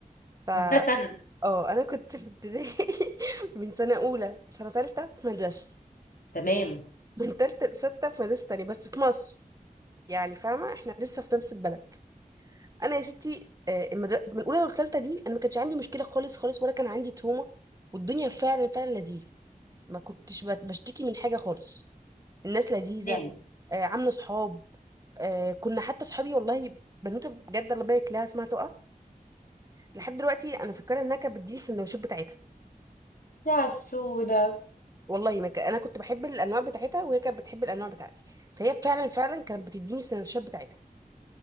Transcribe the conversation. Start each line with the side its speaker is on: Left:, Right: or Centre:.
Right: ف
Left: <laughs>
Right: اه أنا كنت في ابتدائي <laughs> من سنة أولى سنة تالتة في مدرسة
Left: تمام
Right: من تالتة لستة في مدرسة تانية بس في مصر يعني فاهمة احنا لسه في نفس البلد انا يا ستي آه، المدر- من الاولى للثالثه دي انا ما كانش عندي مشكله خالص خالص ولا كان عندي تومه والدنيا فعلا فعلا لذيذه ما كنتش بت- بشتكي من حاجه خالص الناس لذيذه
Left: تمام
Right: آه، عامله صحاب آه، كنا حتى صحابي والله بنوته بجد الله يبارك لها اسمها تقى لحد دلوقتي انا فاكره انها كانت بتديني السندوتشات بتاعتها
Left: يا سولا
Right: والله ما كان انا كنت بحب الانواع بتاعتها وهي كانت بتحب الانواع بتاعتي فهي فعلا فعلا كانت بتديني السندوتشات بتاعتها